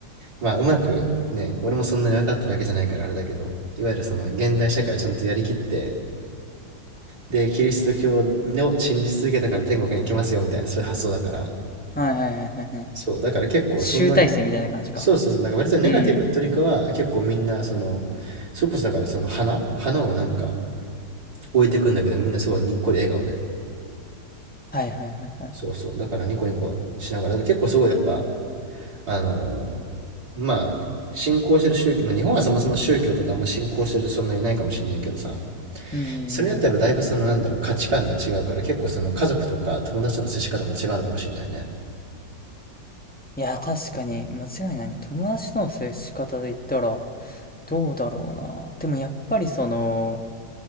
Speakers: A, on the right (about 55°); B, in the centre.
A: まあうまくね、俺もそんなに分かってるわけじゃないからあれだけど、いわゆるその現代社会をちゃんとやりきって、で、キリスト教を信じ続けたから天国に行けますよみたいな、そういう発想だから。
B: はいはいはいはいはい。
A: そう、だから結構そんなに、
B: 集大成みたいな感じか。
A: そうそうそう、だから割とネガティブというよりかは、
B: うん。
A: 結構みんな、その、それこそだからその花花をなんか置いてくんだけど、みんなすごいにっこり笑顔で。
B: はいはいはいはい。
A: そうそう、だからニコニコしながら、だから結構すごいやっぱ、あの、まあ、ね信仰してる宗教、まあ、日本はそもそも宗教とかあんま信仰してる人そんないないかもしれないけどさ、
B: うんうんうん
A: それによってやだいぶそのなんだろう、価値観が違うから、結構その家族とか友達との接し方も違うのかもしれないね。
B: いや、確かに間違いないね。友達との接し方で言ったら、どうだろうな。でもやっぱりその、